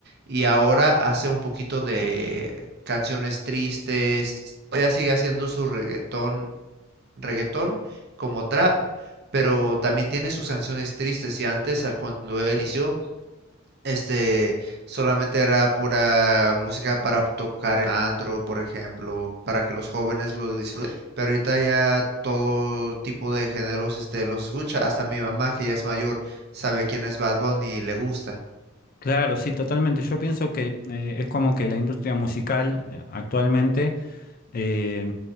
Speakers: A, on the right (about 55°); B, on the left (about 45°).
A: y ahora hace un poquito de canciones tristes. Todavía sigue haciendo su reggaetón reggaetón como trap, pero también tiene sus canciones tristes y antes, al- cuando él inició, este, solamente era pura música para tocar en antro, por ejemplo, para que los jóvenes lo disfruten. Pero ahorita ya todo tipo de géneros, este, los escucha. Hasta mi mamá, que ya es mayor, sabe quién es Bad Bunny y le gusta.
B: Claro, sí, totalmente. Yo pienso que eh, es como que la industria musical eh, actualmente eh,